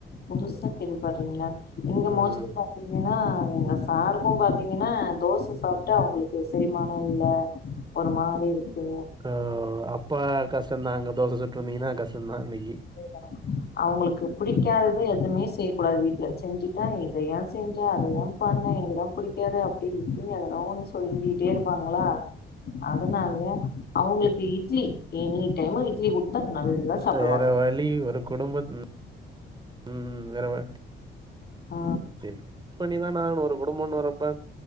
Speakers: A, on the left; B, on the right.
A: புதுசா கேள்வி படுறீங்ளா இங்க
B: ம்.
A: மோஸ்ட்லி பாத் இங்கனா எங்க சாருக்கு பாத்தீங்கன்னா தோச சாப்ட்டு அவுங்களுக்கு செரிமானோ இல்ல ஒரு மாரி இருக்கு
B: ஆ அப்பா கஷ்டோ தாங்க தோச சுட்ருந்தீங்கன்னா கஷ்டோ தா இன்னைக்கி
A: போய்டாரா அவுங்களுக்கு பிடிக்காதத எதுமே செய்ய கூடாது வீட்ல செஞ்சுட்டா இத ஏ செஞ்ச அத ஏ பண்ண எனக்கிதா புடிக்காதே அப்டி இப்டி எதனா ஒன்னு சொல்லிட்டே இருப்பாங்களா அதனாலயே அவுங்களுக்கு இட்லி எனி டைம்மு இட்லி குடுத்தா நல்லா சாப்டுவாங்க
B: வேற வழி ஒரு குடும்பத் ம் வேற வ
A: ஆ
B: டிப்ஸ் பண்ணிதான ஆகனு ஒரு குடும்போன்னு வரப்ப